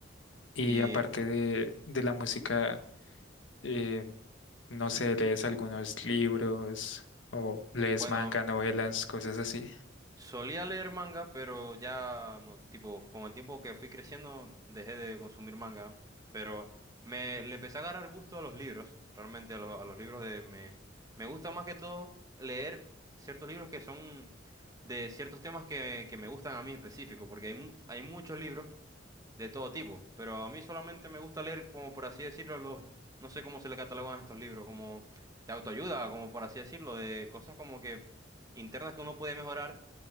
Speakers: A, on the left; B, on the right.
A: Y
B: Y
A: aparte de, de la música, eh, no sé, lees algunos libros o lees
B: bueno,
A: manga, novelas, cosas así.
B: Solía leer manga, pero ya no, tipo, con el tiempo que fui creciendo dejé de consumir manga, pero me le empecé a agarrar gusto a los libros, realmente a, lo- a los libros de me me gusta más que todo leer ciertos libros que son de ciertos temas que, que me gustan a mí específico, porque hay mu- hay muchos libros de todo tipo, pero a mí solamente me gusta leer, como por así decirlo, los, no sé cómo se le catalogan estos libros, como de autoayuda, como por así decirlo, de cosas como que internas que uno puede mejorar